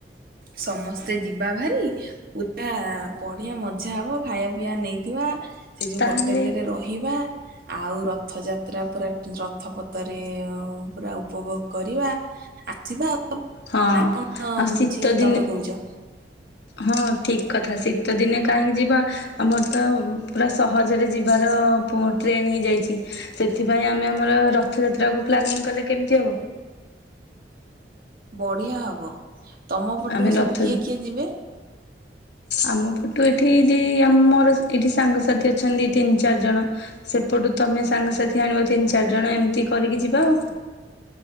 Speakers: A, on the right; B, on the left.
A: ସମସ୍ତେ ଯିବା ଭାରି ପୁରା ବଢିଆ ମଜା ହବ ଖାଇବା ପିଇବା ନେଇଥିବା। ସେ ଯୋଉ
B: ତାହେଲେ
A: ହୋଟେଲ ରେ ରହିବା। ଆଉ ରଥଯାତ୍ରା ପୁରା ରଥପତ୍ରରେ ପୁରା ଉପଭୋଗ କରିବା। ଆସିବା ଆଉ
B: ହଁ
A: ନା କଣ
B: ଆଉ
A: ହଉଛି
B: ଶୀତ ଦିନ
A: ତମେ କହୁଛ
B: ହଁ ଠିକ୍ କଥା ଶୀତ ଦିନେ କାହିଁକି ଯିବା? ଆମର ତ ପୁରା ସହଜରେ ଯିବାର ଟ୍ରେନ୍ ହେଇଯାଇଛି। ସେଥିପାଇଁ ଆମେ ଆମର ରଥଯାତ୍ରାକୁ ପ୍ଲାନିଂ କଲେ କେମିତି ହବ?
A: ବଢିଆ ହବ ତମ ପଟକୁ
B: ଆମେ
A: ସବୁ
B: ରଥ
A: କିଏ କିଏ ଯିବେ?
B: ଆମ ପଟୁ ଏଠିି ଆମର ଏଠି ସାଙ୍ଗସାଥି ଅଛନ୍ତି ତିନି ଚାରି ଜଣ ସେପଟୁ ତୁମେ ସାଙ୍ଗସାଥି ଆଣିବ ତିନି ଚାରିଜଣ ଏମିତି କରିକି ଯିବା ଆଉ।